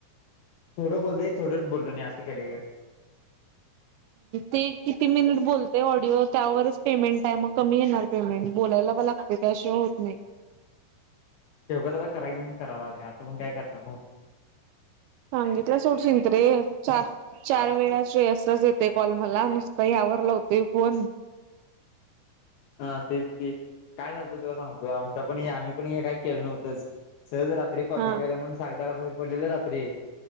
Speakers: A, on the left; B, on the right.
A: थोडं बोलत थोडंच बोलतो मी असं केलंय का
B: ते किती मिनिट बोलते ऑडिओ त्यावरच पेमेंट टायम कमी येणार पेमेंट बोलाय लागत त्याशिवाय होत नाही
A: तेेवगच आता करायचं मग करायला लागले असं मण काय करणार म
B: सांगितलं सोड चिंत रे चार चार वेळा श्रेसतच येते कॉल मला नुसतं यावर होते फोन
A: हा तेच क काय चालतं तुला सांगतो आमच्या पण आम्ही पण हे काही केलं नव्हतच सहज रात्री कॉपी
B: हा
A: प्यायला म्हणून साडेदहाला बाहेर पडलेलं रात्री